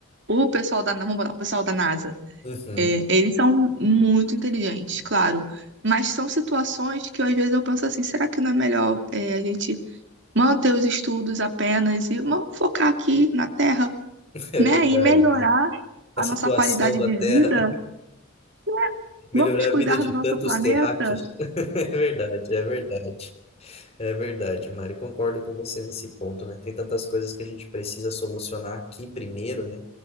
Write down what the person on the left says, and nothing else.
uhum,
<laughs> é
verdade,
né?
A situação
da
Terra,
<laughs> melhorar
a vida de
tantos
terráqueos. <laughs> É verdade, é verdade. É verdade, Mari, concordo com você nesse ponto, né? Tem tantas coisas que a gente precisa solucionar aqui primeiro, né?